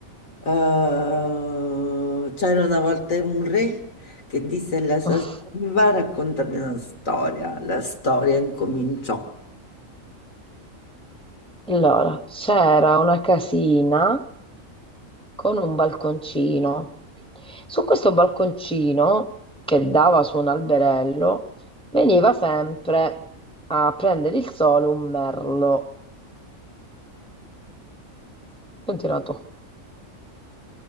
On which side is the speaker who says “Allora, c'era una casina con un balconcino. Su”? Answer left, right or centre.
Centre